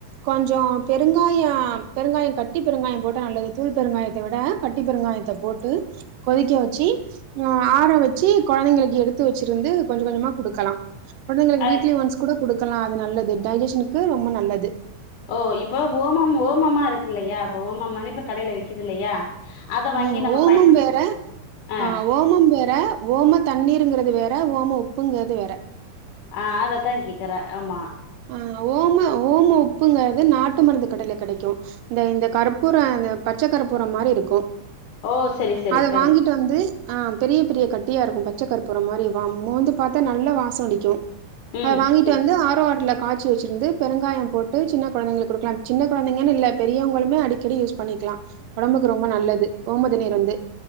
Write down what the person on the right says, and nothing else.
கொஞ்சோம் பெருங்காயம் பெருங்காயம் கட்டி பெருங்காயம் போட்டா நல்லது தூள் பெருங்காயத்தை விட கட்டி பெருங்காய த்த போட்டு கொதிக்க வச்சுஹ் ஆற வச்சு குழந்தைங்களுக்கு எடுத்து வச்சிருந்து கொஞ்சம் கொஞ்சமா குடுக்கலாம் கொழந்தைங்களுக்கு
வீக்லி ஒன்ஸ் கூட கொடு கலாம் அது நல்லது டைஜஷனுக்கு ரொம்ப நல்லது
உம்
ஓமும்
வேற
ஆஹ் ஓமம் வே ற ஓம தண்ணீருங்கிறது வேற ஓம உப்புங்கிறது வேற
ஆஹ் ஓமா ஓம உப்புங்கிறது நாட்டு மருந்து கடல கிடைக்கு இந்த இந்த கற்பூரம் இந்த பச்சை கற்பூரம் மாதிரி இருக்கு
அத
வாங்கிட்டு வந்து ஆஹ் பெரிய பெரிய கட்டியா இருக்கும் பச்சை கற்பூர மாதிரி வந்து பார்த்தா நல்லா வாசம் அடிக்கும்
அத வாங்கிட்டு
வந்து ஆரோ வாட்டர்ல காச்சி வச்சிருந்து பெருங்காயம் போட்டு சின்ன குழந்தைங்களுக்கு குடுக்லாம் சின்ன குழந்தைங்கன் இல்ல பெரியவங்களுமே அடிக்கடி யூஸ் பண்ணிக்லா உடம்புக்கு ரொம்ப நல்லது ஓமதுன இருந்து